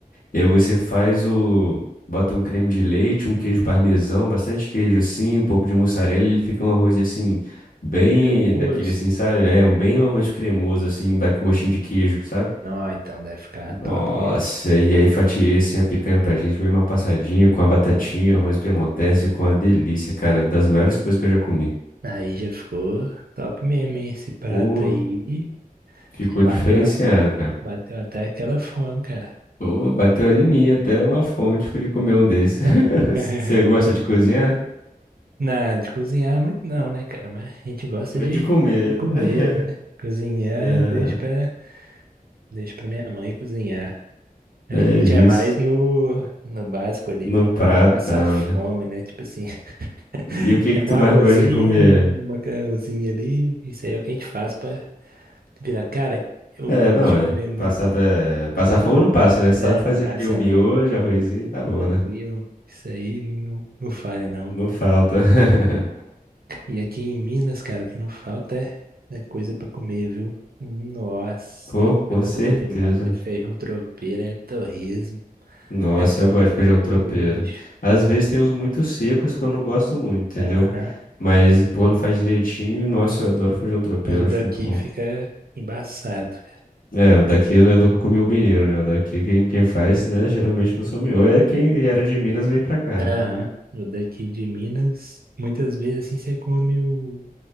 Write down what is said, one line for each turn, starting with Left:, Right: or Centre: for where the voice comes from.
Left: E aí você faz o... Bota um creme de leite, um queijo parmesão, bastante queijo assim, um pouco de mussarela. e Ele fica um arroz assim, bem
Right: é meio cremoso.
Left: daquele assim, sabe? É um bem um arroz cremoso assim, dá com gostinho de queijo, sabe?
Right: Não, então deve ficar
Left: Nossa,
Right: top mesmo.
Left: e aí fatiei assim a picanha pra gente, bem mal passadinha, com a batatinha,
Right: Ué.
Left: arroz piemontese, com a delícia, cara, das melhores coisas que eu já comi.
Right: Aí já ficou top mesmo, hein? Esse prato
Left: Pô,
Right: aí.
Left: Ficou
Right: Já bateu
Left: diferenciado,
Right: até.
Left: cara.
Right: Bateu até aquela fome, cara.
Left: Pô, bateu ali em mim até uma fome de de comer um desses. <laughs>
Right: <laughs>
Left: Você gosta de cozinhar?
Right: Não, de cozinhar é muito não, né, cara? Mas a gente gosta
Left: Gosto
Right: de,
Left: de comer.
Right: de comer, né?
Left: <laughs>
Right: Cozinhar,
Left: É,
Right: deixa pra. Deixo pra minha mãe cozinhar. A
Left: é
Right: gente
Left: isso.
Right: é mais no, no básico ali
Left: No
Right: pra
Left: pratão,
Right: não passar fome,
Left: né?
Right: né? Tipo assim, <laughs>
Left: E o que
Right: é
Left: que tu
Right: um arrozinho,
Left: mais gosta de comer?
Right: um macarrãozinho ali. Isso aí é o que a gente faz pra virar. Cara, eu
Left: É,
Right: gosto
Left: não,
Right: de
Left: é.
Right: comer muito.
Left: Passar, pra- passar fome não passa, né? Sabe
Right: É,
Left: fazer
Right: não passa
Left: ali o miojo,
Right: não.
Left: arrozinho, tá bom,
Right: Tranquilo.
Left: né?
Right: Isso aí não, não falha não.
Left: Não falta. <laughs>
Right: E aqui em Minas, cara, o que não falta é é coisa pra comer, viu? Nossa,
Left: Pô,
Right: tem
Left: com
Right: coisa
Left: certeza.
Right: boa demais. É feijão tropeiro, é torresmo,
Left: Nossa,
Right: é pão
Left: eu gosto
Right: de queijo.
Left: de feijão tropeiro. Às vezes tem uns muito secos que eu não gosto muito, entendeu?
Right: Aham.
Left: Mas quando faz direitinho, nossa, eu adoro feijão tropeiro,
Right: Mas o
Left: acho
Right: daqui
Left: muito bom.
Right: fica embaçado, cara.
Left: É, o daqui eu nunca comi o mineiro, né? O daqui quem, quem faz, né, geralmente não sou mineiro. Ou é quem era de Minas veio pra cá,
Right: Aham.
Left: né?
Right: O daqui de Minas, muitas vezes assim você come o,